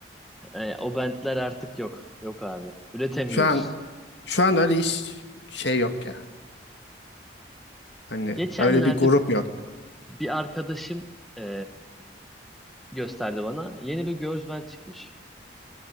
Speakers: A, in the centre; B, on the left.
A: Ee, o bentler artık yok. Yok abi. Üretemiyoruz.
B: Şu an şu an öyle iş şey yok ya. Hani
A: Geçenlerde
B: öyle bir grup yok.
A: bir arkadaşım e, gösterdi bana. Yeni bir girls band çıkmış.